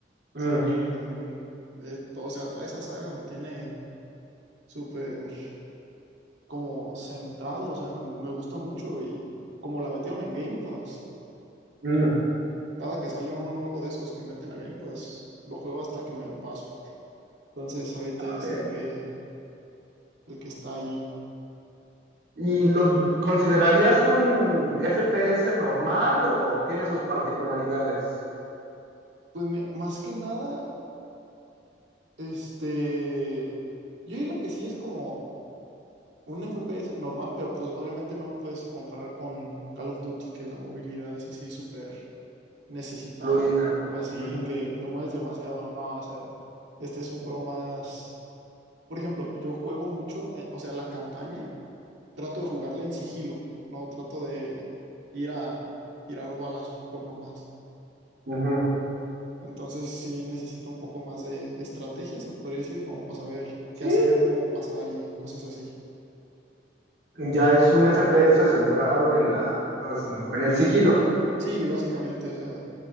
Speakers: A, on the right; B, on the right.
A: Mm,
B: son, mm, eh, to- o sea, toda esa saga me tiene súper como centrado, o sea, me gusta mucho y como la metieron en Game Pass,
A: mm,
B: cada que sale uno nuevo de esos que meten a Game Pass, lo juego hasta que me lo paso. Entonces, ahorita
A: a
B: es
A: ver.
B: el que el que está allí.
A: ¿Y lo considerarías un FPS normal o tiene sus particularidades?
B: Pues mi- más que nada, este, yo diría que sí es como un FPS normal, pero pues obviamente no lo puedes comparar con Call of Duty, que la movilidad es así súper necesitada
A: Fluida.
B: o así
A: Ujú,
B: que te mueves demasiado. No, o sea, este es un juego más, por ejemplo, yo juego mucho, eh, o sea, la campaña, trato de jugarla en sigilo, no trato de ir a tirar balazos por nomás.
A: ujú.
B: Entonces sí necesita un poco más de estrategia, se podría decir, como para saber
A: Sí,
B: qué hacer, cómo pasar y cosas así.
A: ya es un FPS centrado en la... ah, se me fue, en el sigilo.
B: Sí, básicamente, o sea,